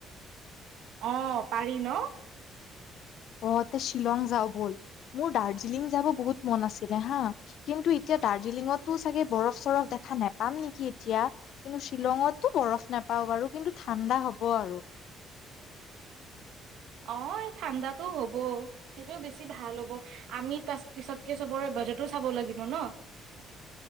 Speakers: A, on the right (about 75°); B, on the left (about 65°).
A: অ পাৰি ন
B: অ তে শ্বিলং যাওঁ বল মোৰ দাৰ্জিলিং যাব বহুত মন আছিলে হা কিন্তু এতিয়া দাৰ্জিলিঙতো চাগে বৰফ চৰফ দেখা নোপাম নেকি এতিয়া কিন্তু শ্বিলঙতো বৰফ নোপাওঁ বাৰু কিন্তু ঠাণ্ডা হব আৰু
A: অ এই ঠাণ্ডাতটো হ'ব সেইটোও বেছি ভাল হ'ব আমি পিছতকে চবৰে বাজেটো চাব লাগিব ন